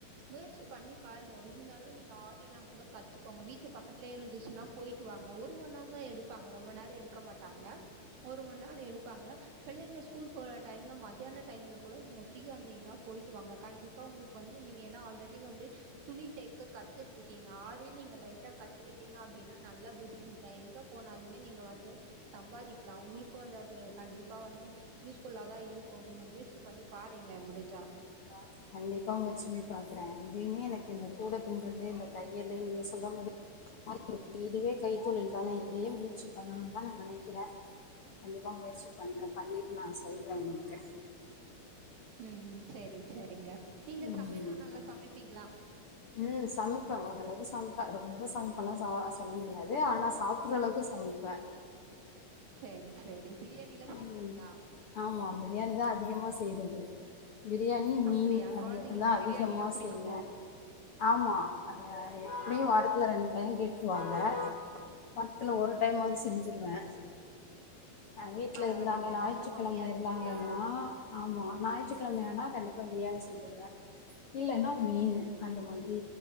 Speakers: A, on the right; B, on the left.
A: முயற்சி பண்ணி பாருங்க இருந்தாலு நீங்க ஆரில்லா கூட கத்துக்கோங்க வீட்டு பக்கத்லயே இருந்துச்சுன்னா போய்ட்டு வாங்க ஒரு மண் நேரந் தா எடுப்பாங்க ரொம்ப நேரோ எடுக்க மாட்டாங்க ஒரு மண் நேரோ எடுப்பாங்க பிள்ளங்க ஸ்கூல் போற டைம்ல மதியான டைம்ல கூட நீங்க ஃப்ரீயா இருந்தீங்னா போய்ட்டு வாங்க கண்டிப்பா ஒங்களுக்கு வந்து நீங்க ஏன்னா ஆல்ரெடி வந்து துணி தைக்க கத்துட்ருக்கீங்க ஆரியு நீங்க லைட்டா கத்துக்கிட்டீங்க அப்டின்னா நல்ல பிசினஸ் தா எங்க போனாலுமே நீங்க வந்து சம்பாதிக்கலா உங்களுக்கு அந்த அது கண்டிப்பா வந்து யூஸ்ஃபுல்லா தா இருக்கு நீங்க முயற்சி பண்ணி பாருங்களே முடிஞ்சா
B: <unintelligible> கே கண்டிப்பா முயற்சி பண்ணி பாக்கறே இதைமே எனக்கு இந்த கூட பின்றது இந்த தையலு நீங்க சொல்ற மாதிரி <inaudible> இதுவே கைத்தொழில் தான இதையு முயற்சி பண்ணனுன் தா நா நெனைக்கிறே கண்டிப்பா முயற்சி பண்றே பண்ணிட்டு நா சொல்றே உங்கள்க்கு
A: ம் சேரி சேரிங்க நீங்க சமையல்லா
B: ம்
A: நல்லா சமைப்பீங்ளா
B: ம் சமைப்பே ஓரளவுக்கு சம்ப்பே ரொம்ப சமைப்பல்லா பா சொல்ல முடியாது ஆனா சாப் பட்றளவுக்கு சமைப்பே
A: சேரி சேரி பிரியாணில்லா செய்வீங்ளா
B: ம் ஆமா பிரியாணி தா அதிகமா செய்றது பிரியாணி, மீன்
A: அப்படியா
B: அது
A: கொழந்தைங்களுக்கு
B: மட்டுந்தா அதிகமா
A: பிரியாணினா புடிக்குமோ
B: செய்வே ஆமா அத எப்டியு வாரத்துல ரெண்டு டைம் கேட்ருவாங்க வார்த்துல ஒரு டைம்மாவ்து செஞ்சிருவே அ வீட்ல
A: பரவால்லங்க
B: இருந்தாங்க ஞாய்ற்றுக்கிழம
A: நல்ல மம்மியா இருக்கீங்க
B: இருந்தாங்கன்னா ஆமா ஞாய்ற்றுக்கிழமயானா கண்டிப்பா பிரியாணி செஞ்சுருவே இல்லன்னா மீனு அந்த மாதிரி